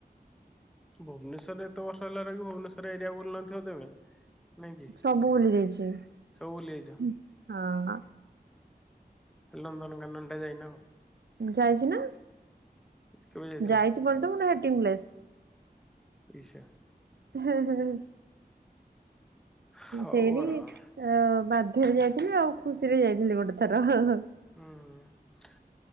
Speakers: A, in the centre; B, on the right (about 80°).
A: ଭୁବନେଶ୍ୱରରେ ଏତେବର୍ଷ ହେଲା ରହିକି ଭୁବନେଶ୍ୱର ଏରିଆ ବୁଲିନଥିବ ତମେ। ନାଇଁ କି?
B: ସବୁ ବୁଲିଯାଇଛି
A: ସବୁ ବୁଲି ଯାଇଛ?
B: ହଁ।
A: ଖାଲି ନନ୍ଦନକାନନ ଟା ଯାଇନ ଆଉ।
B: ଯାଇଛି ନା
A: କେବେ ଯାଇଥିଲ?
B: ଯାଇଛି <unintelligible>
A: ଇଶା
B: ହେ ହେ ହେ।
A: ହଉ
B: ସେଇଠି
A: ଆଉ
B: ବାଧ୍ୟରେ ଯାଇଥିଲି ଆଉ ଖୁସିରେ ଯାଇଥିଲି ଗୋଟେ ଥର ହ ହ।
A: ହୁଁ <unintelligible>